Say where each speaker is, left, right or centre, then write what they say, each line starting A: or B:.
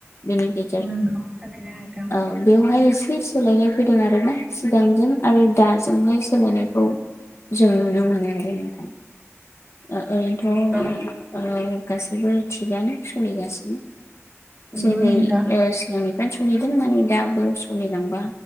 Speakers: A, on the left (about 65°); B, on the right (about 20°).
A: बेनि गे
B: नंगौ थारैनो नोंथां
A: औ बेवहाय एसे सोलायनाय फैदों आरो ना सिगांजों आरो दाजोंहाय सोलायनायखौ जों नुनो मोनो आरो नोंथां। ओ ओरैनोथ'
B: औ
A: ओ गासैबो थिगानो सोलिगासिनो।
B: नंगौ
A: जेरै-
B: नोंथां
A: ओ सिगांनिफ्रायनो सलिदों माने दाबो सलिलांबा